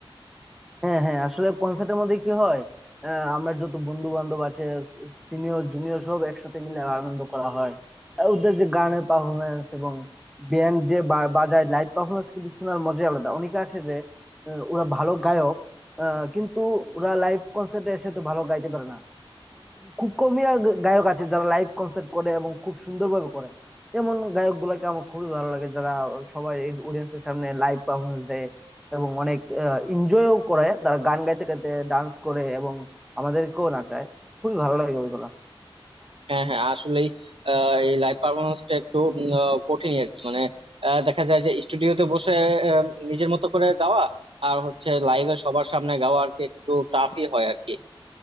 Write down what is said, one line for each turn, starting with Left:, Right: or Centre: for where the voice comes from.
Centre: হ্যাঁ হ্যাঁ আসলে কনসার্টের মধ্যে কি হয় আহ, আমরা যত বন্ধু বান্ধব আছে সিনিয়র জুনিয়র সব একসাথে মিলে আনন্দ করা হয় আর ওদের যে গানের পারফরমেন্স এবং ব্যান্ড যে বা- বাজায় লাইভ পারফরমেন্স কিন্তু শোনার মজাই আলাদা অনেকে আছে যে আহ, ওরা ভালো গায়ক আহ, কিন্তু ওরা লাইভ কনসার্টে এসে তো ভালো গাইতে পারে না খুব কমই আর গায়ক আছে যারা লাইভ কনসার্ট করে এবং খুব সুন্দরভাবে করে এমন গায়ক গুলাকে আমার খুবই ভালো লাগে যারা সবাই অডিয়েন্স এর সামনে লাইভ পারফরমেন্স দেয় এবং অনেক এনজয়ও করে তারা গান গাইতে গাইতে ডান্স করে এবং আমাদেরকেও নাচায় খুবই ভালো লাগে ওইগুলা
Right: হ্যাঁ হ্যাঁ আসলেই আহ, এই লাইভ পারফরমেন্সটা একটু উম, আহ, কঠিনই আর কি মানে আহ, দেখা যায় যে স্টুডিওতে বসে আহ, নিজের মতো করে গাওয়া আর হচ্ছে লাইভে সবার সামনে গাওয়া আর কি একটু টাফই হয় আর কি